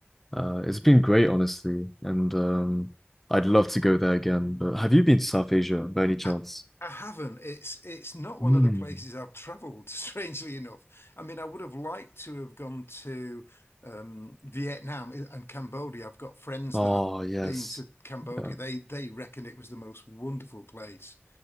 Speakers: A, in the centre; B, on the left.
A: Uh it's been great, honestly, and um I'd love to go there again. But have you been to South Asia by any chance?
B: I, I haven't. It's it's not one
A: Mm.
B: of the places I've traveled, <laughs> strangely enough. I mean, I would have liked to have gone to um, Vietnam and Cambodia. I've got friends
A: Oh,
B: that have
A: yes.
B: been to Cambodia.
A: Yeah.
B: They they reckon it was the most wonderful place.